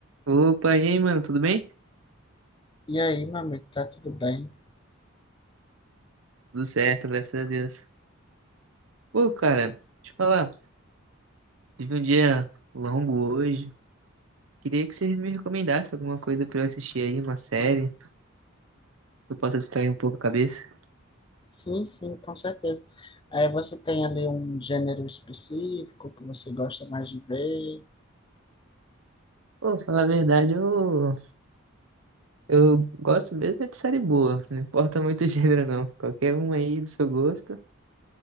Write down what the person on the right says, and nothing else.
Opa, e aí, mano, tudo bem?
Tudo certo, graças a Deus. Pô, cara, deixa eu falar, tive um dia longo hoje. Queria que você me recomendasse alguma coisa pra eu assistir aí, uma série, que eu possa distrair um pouco a cabeça.
Pô, falar a verdade, eu, eu gosto mesmo é de série boa, não importa muito <laughs> o gênero, não. Qualquer uma aí do seu gosto,